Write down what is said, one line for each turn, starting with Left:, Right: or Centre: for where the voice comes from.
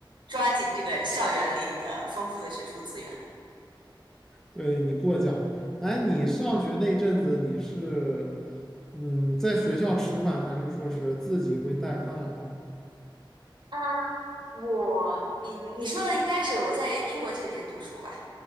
Right: 抓紧这个校园里的丰富的学术资源。
Centre: 对你过奖了。哎，你上学那阵子，你是嗯在学校吃饭，还是说是自己会带饭呀？
Right: 嗯，我你你说的应该是我在英国这边读书吧？